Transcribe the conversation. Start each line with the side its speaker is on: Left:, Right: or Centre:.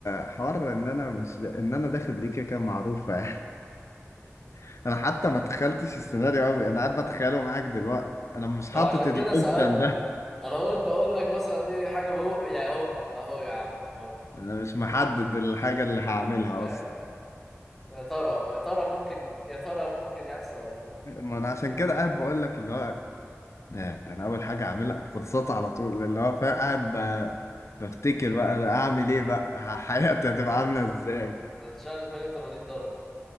Left: حوار ان انا مش دا... ان انا داخل دي كده كده معروفه يعني <laughs> انا حتى ما تخيلتش السيناريو قوي انا قاعد بتخيله معاك دلوقتي انا مش حاطط
Centre: ما انا عشان
Left: الاوبشن
Centre: كده سألته
Left: ده
Centre: انا قلت اقول لك مثلا ايه حاجة مهو يعني اهو اهو يا عم اهو
Left: انا مش محدد الحاجه اللي هعملها
Centre: فاهم
Left: اصلا
Centre: يا ترى يا ترى ممكن يا ترى ممكن يحصل ولا لا
Left: ما انا عشان كده قاعد بقول لك اللي هو ده ده انا اول حاجه اعملها كورسات على طول اللي هو فاهم قاعد ب- بفتكر بقى أنا اعمل ايه بقى ح- حياتي هتبقى عامله ازاي
Centre: <laughs> هتشال 180 درجة